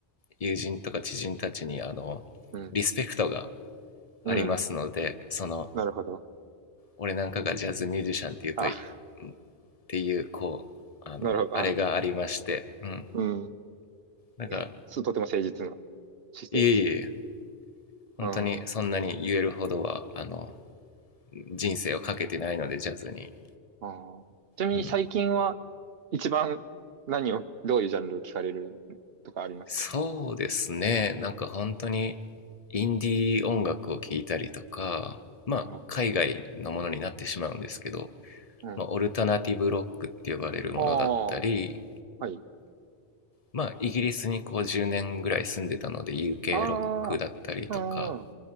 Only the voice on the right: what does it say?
うん、うん
なるほど。
あ、
なるほど。あ、
うん。
いや、す、とても誠実な姿勢ですね。
うん。うん。
あーちなみに最近は
一番何を、どういうジャンルを聞かれるとかありますか
うん。うん。
ああ、はい。
ああ、
う